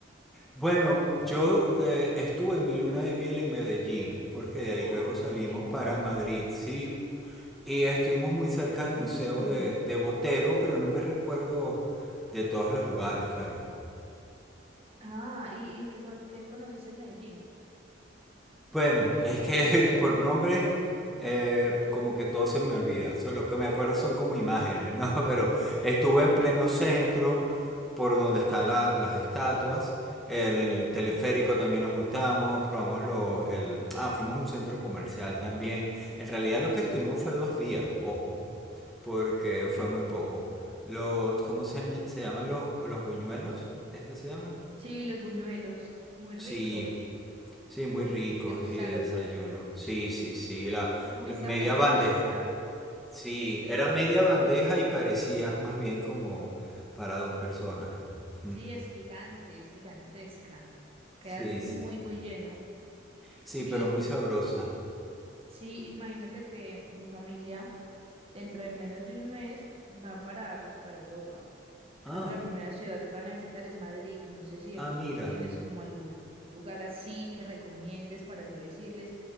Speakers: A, in the centre; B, on the right.
A: Bueno, yo eh, estuve en mi luna de miel en Medellín, porque de ahí
B: Ah,
A: luego salimos
B: qué bien.
A: para Madrid, sí. Y estuvimos muy cerca del Museo
B: Mm,
A: de, de Botero, pero no me recuerdo de todos los lugares, claro.
B: Ah, ¿y, y qué, con- qué conociste en Medellín?
A: Bueno, es que <laughs> por nombre, eh, como que todo se me olvida. So, lo que me acuerdo son como imágenes, ¿no? <laughs> Pero estuve en pleno centro, por donde están la- las estatuas. En el
B: Claro.
A: teleférico también nos montamos, probamos los... El, ah, fuimos a un centro comercial también. En realidad lo que estuvimos fue dos días, ojo, porque fue muy poco. Los, ¿cómo se, se llaman los, los buñuelos? ¿Es que se llaman?
B: Sí, los buñuelos, muy ricos.
A: Sí, Sí, muy rico,
B: ¿Te gustaron?
A: sí, de desayuno. Sí, sí, sí, la,
B: Comiste
A: la media
B: bandeja
A: bandeja.
B: paisa.
A: Sí, era media bandeja y parecía más bien como para dos personas. <laughs>
B: Sí, es gigante, es gigantesca.
A: Sí,
B: Quedas
A: sí.
B: muy, muy lleno.
A: Sí,
B: Y
A: pero muy sabrosa.
B: <clears throat> sí, imagínate que mi familia, dentro de menos de un mes, van para, pues, para Europa. Creo
A: Ah,
B: que la primera ciudad que van a visitar es Madrid. No sé si de
A: ah,
B: pronto
A: mira.
B: tienes como algún lugar así que recomiendes para yo decirles,